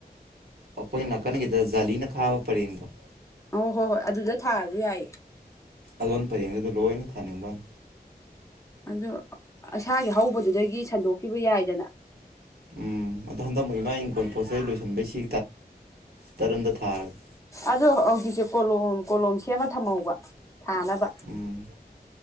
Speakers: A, on the right; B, on the left.
A: ꯑꯩꯈꯣꯏꯅ ꯀꯟꯅꯒꯤꯗ ꯖꯥꯂꯤꯅ ꯈꯥꯕ ꯄꯔꯦꯡꯗꯣ ꯫
B: ꯑꯣ ꯍꯣꯏ ꯍꯣꯏ ꯑꯗꯨꯗ ꯊꯥꯔꯁꯨ ꯌꯥꯏꯌꯦ
A: ꯑꯗꯣꯟ ꯄꯔꯦꯡꯗꯨꯗ ꯂꯣꯏꯅ ꯊꯥꯅꯤꯡꯕ ꯋꯥꯅꯦ
B: ꯑꯗꯨ ꯏꯁꯥꯒꯤ ꯍꯧꯕꯗꯨꯗꯒꯤ ꯁꯟꯗꯣꯛꯈꯤꯕ ꯌꯥꯏꯗꯅ ꯫
A: ꯎꯝ ꯑꯗꯣ ꯍꯟꯗꯛꯃꯛ ꯏꯃꯥ ꯏꯪꯈꯣꯜ ꯄꯣꯠ ꯆꯩꯩ ꯂꯣꯏꯁꯤꯟꯕꯩ ꯁꯤ ꯇꯔꯟꯗ ꯊꯥꯔꯒꯦ ꯫
B: ꯑꯗꯣ ꯍꯧꯖꯤꯛꯁꯦ ꯀꯣꯂꯣꯝ ꯀꯣꯂꯣꯝ ꯁꯦꯝꯃ ꯊꯝꯍꯧꯕ ꯊꯥꯅꯕ
A: ꯎꯝ